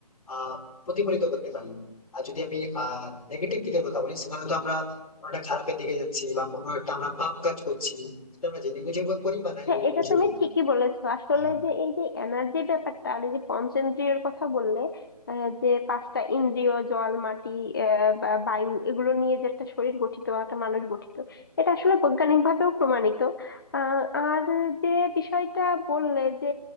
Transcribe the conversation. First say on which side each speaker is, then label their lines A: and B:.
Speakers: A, on the left; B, on the left.
A: আহ প্রতিফলিত করতে পারি আর যদি আমি আহ নেগেটিভ দিকের কথা বলি সেখানে তো আমরা কোনো একটা খারাপের দিকে যাচ্ছি বা কোনো একটা আমরা পাপ কাজ করছি সেটা আমরা জেনে বুঝে করি বা নাই
B: হ্যাঁ এটা
A: বুঝে
B: তুমি
A: করি
B: ঠিকই বলেছো আসলে
A: হ্যাঁ,
B: যে এই যে এনার্জি ব্যাপারটা আর এই যে পঞ্চেন্দ্রিয়র কথা বললে আহ, যে পাঁচটা ইন্দ্রিয় জল মাটি আহ, বা বায়ু এগুলো নিয়ে যে একটা শরীর গঠিত বা একটা মানুষ গঠিত এটা আসলে বৈজ্ঞানিক ভাবেও প্রমাণিত আহ, আর যে বিষয়টা বললে যে